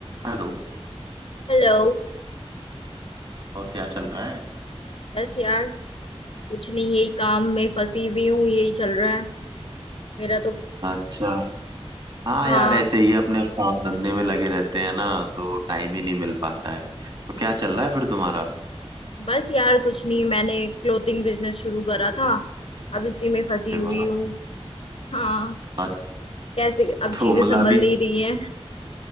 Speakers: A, on the right; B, on the left.
A: Hello
B: हेलो
A: और क्या चल रहा है
B: बस यार कुछ नहीं यही काम में फंसी हुई हूँ यही चल रहा है मेरा तो
A: अच्छा हाँ
B: हाँ
A: यार ऐसे ही अपने काम धंधे में लगे रहते हैं ना तो टाइम ही नहीं मिल पाता है तो क्या चल रहा है फिर तुम्हारा
B: बस यार कुछ नहीं मैंने क्लोथिंग बिजनेस शुरू करा था अब इसी में फंसी
A: अरे
B: हुई
A: वाह
B: हूँ हाँ
A: अच्छा
B: कैसे अब
A: तो
B: चीजें
A: मतलब
B: संभल
A: अभी
B: नहीं रही है